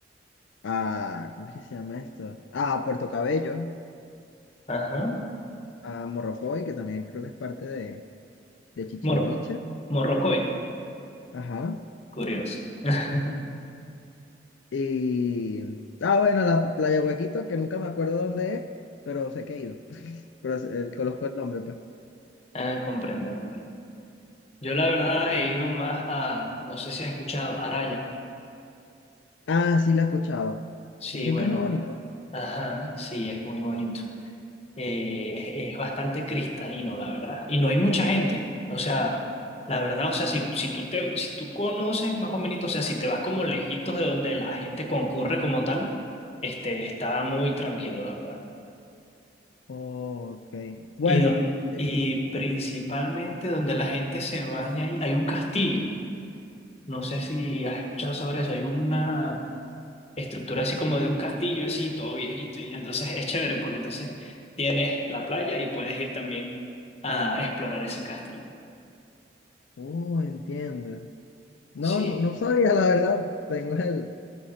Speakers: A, on the left (about 85°); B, on the left (about 35°).
A: a, ¿cómo es que se llama esto? A Puerto Cabello,
B: Ajá.
A: a Morrocoy, que también creo que es parte de, de Chichiriviche.
B: Mor- Morrocoy,
A: Ajá.
B: curioso. <laughs>
A: Y, ah, bueno, la playa Huequito, que nunca me acuerdo dónde es, pero sé que he ido. Pero es- eh, conozco el nombre, pues.
B: Ah, comprendo, comprendo. Yo la verdad he ido más a, no sé si has escuchado, Araya.
A: Ah, sí, la he escuchado.
B: Sí,
A: Dicen
B: bueno,
A: que es muy bonito.
B: a- ajá, sí, es muy bonito. Eh, es bastante cristalino, la verdad. Y no hay mucha gente. O sea, la verdad, o sea, si, si tú te, si tú conoces más o menos, o sea, si te vas como lejitos de donde la gente concurre como tal, este, está muy tranquilo, la verdad.
A: ok. Bueno.
B: Y, don-
A: eh,
B: y principalmente donde la gente se baña, y hay un castillo. No sé si has escuchado sobre eso. Hay una estructura así como de un castillo, así, todo viejito. Y entonces es chévere porque entonces tienes la playa y puedes ir también a explorar ese castillo.
A: Oh, entiendo. No,
B: Sí,
A: no, no sabía, la verdad. Tengo el...